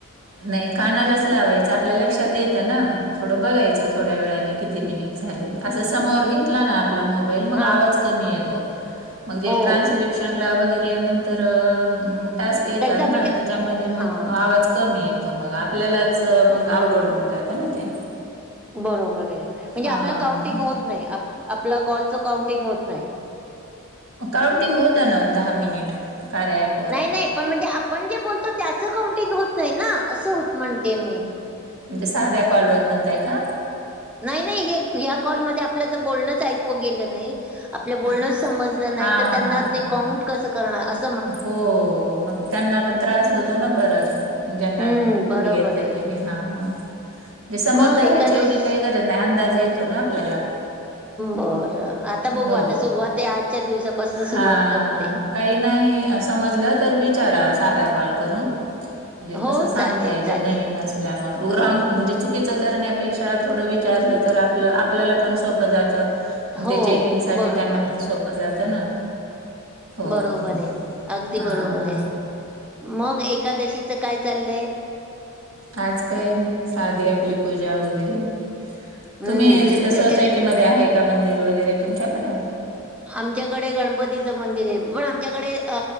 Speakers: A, on the right; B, in the centre.
A: नाही कानालाच लावायचं आपल्या लक्षात येतं ना, थोडं बघायचं थोड्या वेळाने किती मिनिट. झालेत. असं समोर घेतला ना <unintelligible> मोबाईल मग
B: हा
A: आवाज कमी
B: हा
A: येतो. मग जे
B: हो
A: ट्रान्स्क्रिप्ला क्रिप्शनला वगैरे नंतर अ उम टास्क येतात
B: त्यांचा म्हणजे
A: ना, त्यामध्ये मग
B: हा
A: आवाज कमी येतो, मग आपल्यालाच म अवघड होऊन जातं ना ते.
B: बरोबरये, म्हणजे
A: हा
B: आपलं काउंटिंग होत नाही, आपलं कॉलचं काउंटिंग होत नाही
A: काउंटिंग होतं ना, दहा मिनिट, कार्या ॲप
B: नाही नाही, पण म्हणजे आपण जे बोलतो त्याचं काउंटिंग होतय ना, असं म्हणते मी.
A: म्हणजे साध्या कॉलवर म्हणताय का?
B: नाही नाही हे या कॉलमध्ये आपलं ज बोलणंच ऐकू गेलं नाही आपलं बोलणंच
A: हां,
B: समजलं नाही तर, त्यांना
A: हां,
B: ते
A: हां.
B: काउंट कसं करणार, अस
A: हो, मग त्यांना पण त्रास होतो ना परत. ज्यांना
B: हम्म बरोबर
A: हे येत
B: आहे
A: ते, हा हा जे समोर
B: मग
A: धरायची
B: एकादश
A: एवढी काही गरज ना अंदाज येतो ना आपल्याला.
B: बरं, आता बघू
A: हो.
B: आता, सुरुवात ये आजच्या दिवसापासून
A: हां,
B: सुरुवात करते
A: काही नाही समजलं तर विचारा, साधा कॉल करून. म्हणजे
B: हो
A: कसं सांगता
B: चालेल
A: येतं.
B: चालेल
A: नवीन अस <unintelligible> म्हणजे राँग चुकीच करण्यापेक्षा, थोडं विचारलं तर आपलं, आपल्याला पण सोपं प जात, मग
B: हो
A: ते चेकिंग साठी
B: बरोबर
A: त्यांना पण सोप जात ना. हो,
B: बरोबरये,
A: हो.
B: अगदी
A: हां,
B: बरोबरये,
A: हां.
B: मग एकादशीचं काय चाललंय?
A: आज काय? साधी आपली पूजा वगैरे.
B: हम्म
A: तुम्ही तिथं,
B: विठ्ठल
A: सोसायटीमध्ये आहे का, मंदिर वगैरे तुमच्याकडं.
B: आमच्याकडे गणपतीचं मंदिरये, पण आमच्याकडे अ